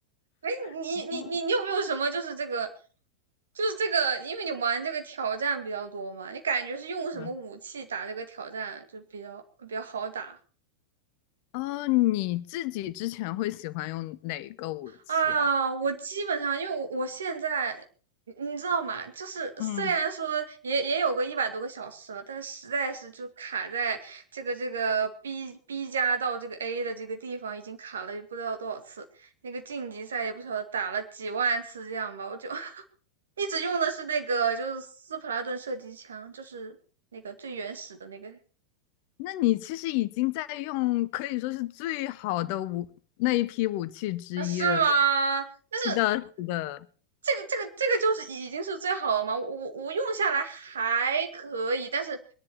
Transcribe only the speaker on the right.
哎，你你你你有没有什么就是这个，
就是这个，因为你玩这个挑战比较多嘛，你感觉是用什么武器打这个挑战就比较比较好打
啊？我基本上因为我我现在你你知道吗？就是虽然说也也有个一百多个小时了，
但实在是就卡在这个这个 B B 加到这个 A 的这个地方已经卡了也不知道多少次，那个晋级赛也不晓得打了几万次这样吧，我就 <laughs> 一直用的是那个，就是斯普拉顿射击枪，就是那个最原始的那个
啊，是吗？但是
这个这个这个就是已经是最好了嘛，我我用下来还可以，但是